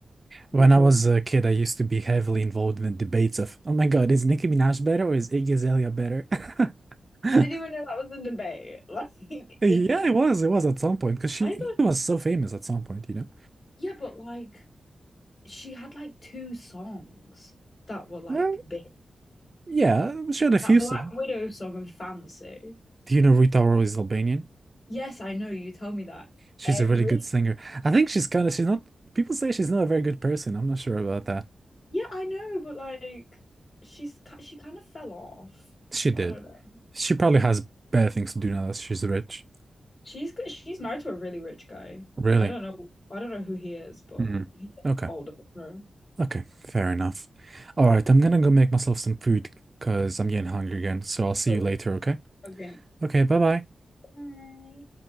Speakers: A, on the right; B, on the left.
A: When
B: because
A: I was a kid, I used to be heavily involved in the debates of, oh my God, is Nicki Minaj better or is Iggy Azalea better? <laughs>
B: I didn't even know that was a debate. <laughs> Like
A: Yeah,
B: Iggy.
A: it was. It was at some point because she,
B: I
A: she
B: thought,
A: was so famous at some point, you know?
B: yeah, but like she had like two songs that were like
A: Uh,
B: big.
A: yeah, she had a few
B: That Black
A: songs.
B: Widow song i fancy.
A: Do you know Rita Ora is Albanian?
B: Yes, I know you tell me that
A: She's
B: every.
A: a really good singer. I think she's kind of, she's not, people say she's not a very good person. I'm not sure about that.
B: Yeah, I know, but like she's ki- she kind of fell off.
A: She
B: But
A: did.
B: I don't know.
A: She probably has better things to do now that she's rich.
B: She's g- she's married to a really rich guy.
A: Really?
B: I don't know. I don't know who he is, but
A: Mhm.
B: he's
A: Okay.
B: like older than her.
A: Okay, fair enough. All right, I'm gonna go make myself some food because I'm getting hungry again. So I'll see
B: Oh,
A: you
B: yeah.
A: later, okay?
B: Okay.
A: Okay, bye bye.
B: Bye.